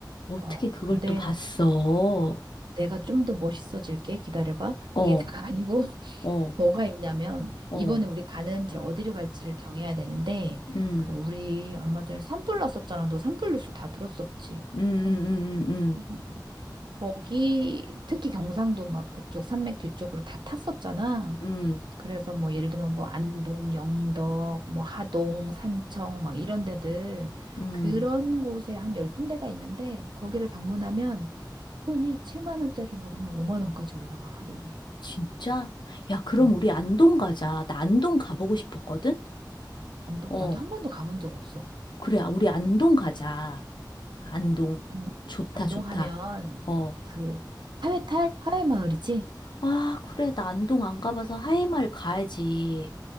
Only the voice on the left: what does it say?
어떻게
그걸
또 봤어? 어,
어,
어,
어.
음,
음, 음, 음,
음, 음,
음.
음.
진짜? 야, 그럼
우리 안동 가자. 나 안동 가보고 싶었거든?
어,
그래. 아, 우리 안동 가자. 안동.
좋다,
좋다.
어.
아, 그래. 나 안동 안 가봐서 하이마을 가야지.